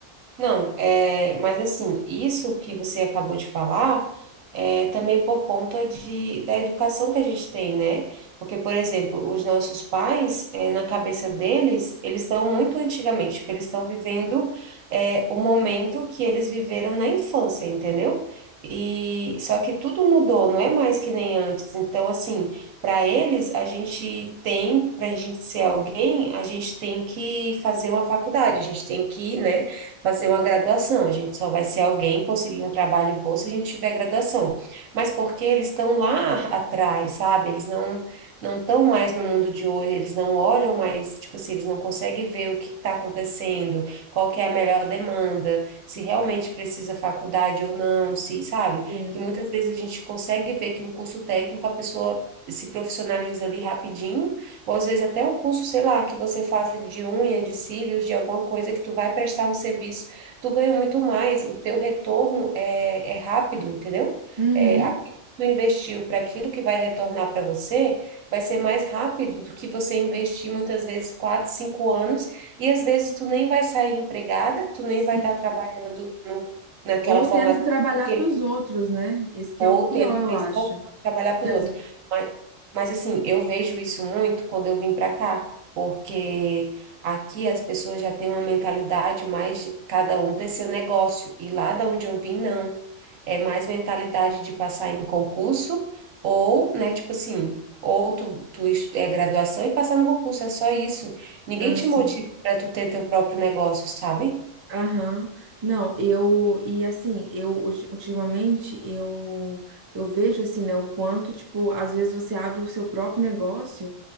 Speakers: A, on the right; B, on the right.
A: Não, é, mas assim, isso que você acabou de falar é também por conta de, da educação que a gente tem, né? Porque, por exemplo, os nossos pais, é, na cabeça deles, eles estão muito antigamente, tipo, eles estão vivendo é, o momento que eles viveram na infância, entendeu? E só que tudo mudou, não é mais que nem antes. Então, assim, para eles, a gente tem, para a gente ser alguém, a gente tem que fazer uma faculdade, a gente tem que, né? fazer uma graduação. A gente só vai ser alguém conseguir um trabalho bom se a gente tiver graduação. Mas porque eles estão lá atrás, sabe? Eles não não estão mais no mundo de hoje, eles não olham mais, tipo assim, eles não conseguem ver o que está acontecendo, qual que é a melhor demanda, se realmente precisa faculdade ou não, se, sabe?
B: Sim.
A: Que muitas vezes a gente consegue ver que um curso técnico a pessoa se profissionaliza ali rapidinho ou às vezes até um curso, sei lá, que você faça de unha, de cílios, de alguma coisa que tu vai prestar um serviço, tu ganha muito mais, o teu retorno é, é rápido, entendeu?
B: Uhum.
A: É, aquilo que tu investiu para aquilo que vai retornar para você vai ser mais rápido do que você investir muitas vezes quatro, cinco anos, e às vezes tu nem vai sair empregada, tu nem
B: Sim.
A: vai estar trabalhando no, naquela
B: Ou
A: formação.
B: tendo que trabalhar
A: porque
B: para os outros, né? Esse que
A: ou
B: é o pior,
A: tendo principalmente
B: eu acho.
A: que trabalhar para
B: Que
A: os
B: às-
A: outros. Mas, mas assim, eu vejo isso muito quando eu vim para cá, porque aqui as pessoas já têm uma mentalidade mais de cada um ter seu negócio, e lá da onde eu vim, não. É mais mentalidade de passar em concurso, ou, né, tipo assim, ou tu, tu es- é graduação e passar no concurso, é só isso. Ninguém
B: Ah,
A: te
B: sim.
A: motiva para tu ter teu próprio negócio, sabe?
B: Aham. Não, eu e assim, eu ulti- ultimamente eu eu vejo assim, né, o quanto, tipo, às vezes você abre o seu próprio negócio